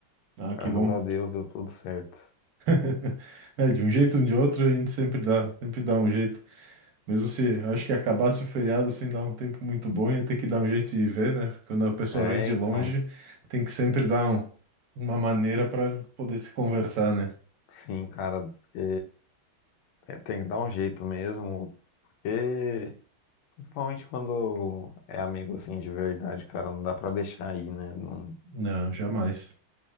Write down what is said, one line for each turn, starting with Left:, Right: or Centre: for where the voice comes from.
Right: Ah,
Left: graças
Right: que bom.
Left: a Deus deu tudo certo.
Right: <laughs> É, de um jeito ou de outro, a gente sempre dá, sempre dá um jeito. Mesmo se, acho que acabasse o feriado sem dar um tempo muito bom, ia ter que dar um jeito de viver, né? Quando a pessoa
Left: É,
Right: vem de
Left: então.
Right: longe, tem que sempre dar um- uma maneira para poder se conversar, né?
Left: Sim, cara, porque é, tem que dar um jeito mesmo, porque principalmente quando é amigo assim de verdade, cara, não dá pra deixar aí, né? Não
Right: Não, jamais.